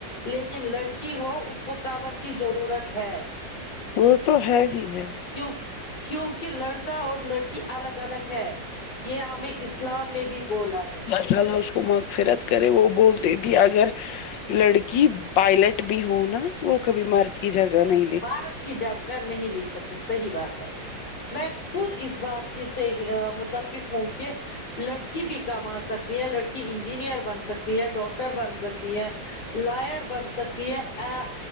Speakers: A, on the left; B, on the left.
A: لیکن لڑکی ہو اس کو کور کی ضرورت ہے
B: وہ تو ہے ہی ہے
A: کیوں کیونکہ لڑکا اور لڑکی الگ الگ ہے یہ ہم میں اسلام نے بھی بولا ہے
B: جی اللہ اس کو مغفرت کرے وہ بولتی تھی اگر لڑکی پائلٹ بھی ہو نا وہ کبھی مر کی جگہ نہیں
A: برات کی جگہ نہیں لے سکتی صحیح بات ہے میں خود اس بات کی سے متفق ہوں کہ لڑکی بھی کما سکتی ہے لڑکی انجینئر بن سکتی ہے ڈاکٹر بن سکتی ہے لائر بن سکتی ہے ا